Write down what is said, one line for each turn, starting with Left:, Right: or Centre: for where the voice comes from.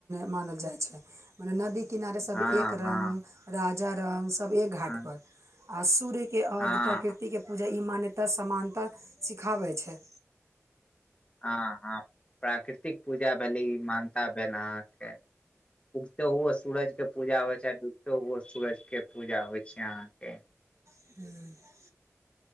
Right: मानल जाइ छै मने नदी किनारे सब
Left: हँ
Right: एक रंग
Left: हँ
Right: राजा रंक एक घाट
Left: हँ
Right: पर सूर्य के अर्घ
Left: हँ
Right: प्राकृतिक ओ जे ई मान्यता समानताः सिखाबै छै
Left: आ ह प्राकृतिक पूजा भली मान ता भेल अहाँके उगते हुए सूरज के पूजा होइ छै डूबते हुए सूरज के पूजा होइ छै अहाँके
Right: <inaudible>